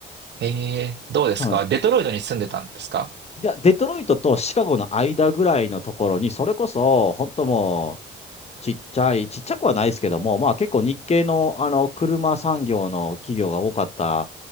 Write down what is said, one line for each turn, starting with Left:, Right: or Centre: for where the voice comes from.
Right: ええどうですかデトロイトに住んでたんですか
Left: そうなんです。で、デトロイトとシカゴの間ぐらいのところに、それこそ、本当もちっちゃい、ちっちゃくはないですけども、まあ結構日系のあの車産業の企業が多かった